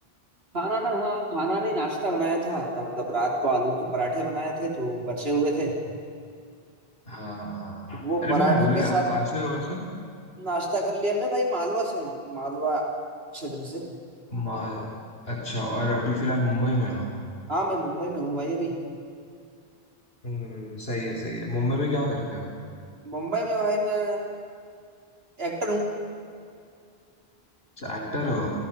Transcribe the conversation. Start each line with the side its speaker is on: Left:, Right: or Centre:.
Right: खाना ना हाँ खाना नहीं नाश्ता बनाया था र- मतलब रात को आलू के पराठे बनाए थे तो बचे हुए थे तो
Left: हाँ हाँ हाँ
Right: वो
Left: अरे
Right: पराठों
Left: मैं भूल
Right: के
Left: गया
Right: साथ
Left: आप कहाँ से हो वैसे
Right: नाश्ता कर लिया मैं भाई मालवा से हूँ मालवा क्षेत्र से
Left: माल अच्छा और अभी फिलहाल मुंबई में हो
Right: हाँ मैं मुंबई में हूँ भाई अभी
Left: हम्म सही है सही है मुंबई में क्या करते हो
Right: मुंबई में भाई मैं एक्टर हूँ
Left: एक्टर हो